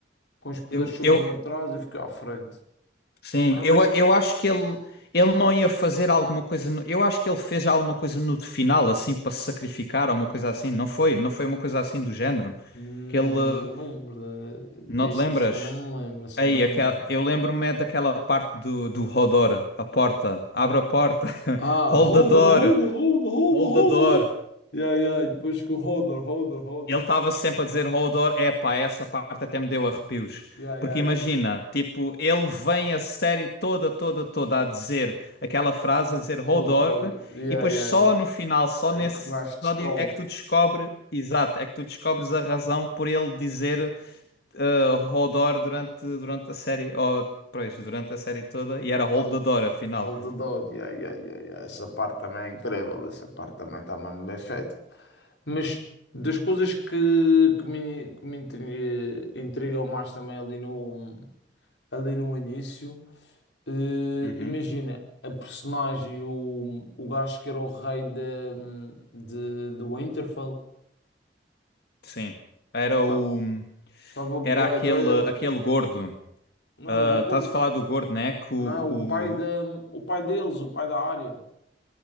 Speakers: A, on the left (about 85°); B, on the left (about 65°).
A: com os poderes
B: eu,
A: sobrenaturais
B: eu,
A: e ficou à frente.
B: Sim,
A: Lembras-te
B: eu, eu acho que ele, ele não ia fazer alguma coisa. no- eu acho que ele fez alguma coisa no final, assim, para se sacrificar ou uma coisa assim. Não foi? Não foi uma coisa assim do género?
A: Hum,
B: Que ele.
A: Não me lembro de-
B: Não
A: disso
B: te lembras?
A: assim, não me lembro, assim,
B: Aí,
A: não
B: aquela,
A: me lembro.
B: eu lembro-me é daquela parte do, do Hodor, a porta. Abre a porta. <laughs>
A: Ah,
B: Hold
A: holder,
B: the door.
A: holder, holder, holder,
B: Hold
A: holder,
B: the door.
A: holder. Yeah, yeah, depois que o holder, holder, holder.
B: Ele estava sempre a dizer Hodor, epá, essa parte até me deu arrepios.
A: Yeah, yeah,
B: Porque imagina,
A: ele.
B: tipo, ele vem a série toda, toda, toda a dizer aquela frase, a dizer Hodor,
A: Holder, holder. Yeah,
B: e depois
A: yeah,
B: só
A: yeah.
B: no final, só
A: É
B: nesse
A: que o gajo
B: episódio
A: descobre
B: é que tu descobres, exato, é que tu descobres a razão por ele dizer eh, Hodor durante, durante a série, ou, pois, durante a série toda, e era
A: que
B: Holdador,
A: ele-
B: afinal.
A: holdedor. Yeah, yeah, yeah, yeah. Essa parte também é incrível, essa parte também está mesmo bem feita. Mas das coisas que, que me, que me intri- eh, intrigam mais também ali no 1 ali no início. Eh,
B: Uhum,
A: imagina, a personagem, o, o gajo que era o rei de, de, de Winterfell,
B: sim. Era o.
A: pá, gostava bué
B: Era aquele,
A: dele,
B: aquele gordo.
A: não
B: Ah,
A: era o gordo,
B: estás a falar do gordo, né? Que
A: não,
B: o, o-
A: o pai, de, o pai deles, o pai da área